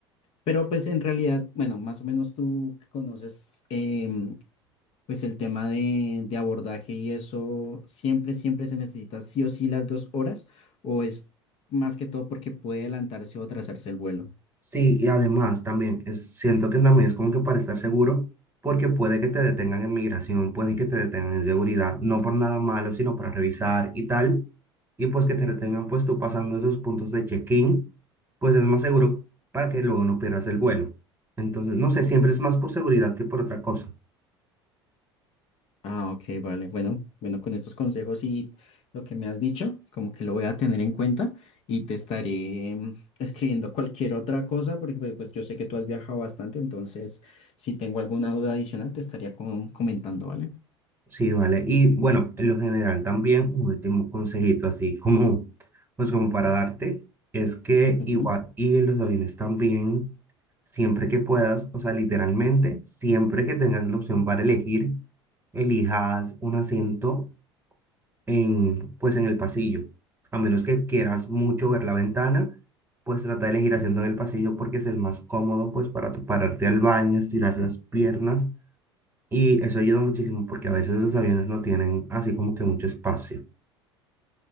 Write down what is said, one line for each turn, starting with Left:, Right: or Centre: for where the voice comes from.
Left: Pero pues en realidad, bueno, más o menos tú que conoces em, pues el tema de, de abordaje y eso, siempre, siempre se necesita sí o sí las dos horas o es más que todo porque puede adelantarse o atrasarse el vuelo.
Right: Sí, y además también es, siento que también es como que para estar seguro, porque puede que te detengan en migración, pueden que te detengan en seguridad, no por nada malo, sino para revisar y tal. y pues que te retengan pues tú pasando esos puntos de check-in, pues es más seguro para que luego no pierdas el vuelo. Entonces, no sé, siempre es más por seguridad que por otra cosa.
Left: Ah, ok, vale. Bueno, bueno, con estos consejos y lo que me has dicho, como que lo voy a tener en cuenta y te estaré em, escribiendo cualquier otra cosa, porque pues pues, yo sé que tú has viajado bastante, entonces si tengo alguna duda adicional te estaría com- comentando, ¿vale?
Right: Sí, vale. Y bueno, en lo general también un último consejito así como, pues como para darte, es que
Left: Ujú.
Right: igual y en los aviones también, siempre que puedas, o sea, literalmente, siempre que tengas la opción para elegir, elijas un asiento en, pues en el pasillo. A menos que quieras mucho ver la ventana, pues trata de elegir asiento en el pasillo porque es el más cómodo, pues para tu pararte al baño, estirar las piernas. Y eso ayuda muchísimo porque a veces los aviones no tienen así como que mucho espacio.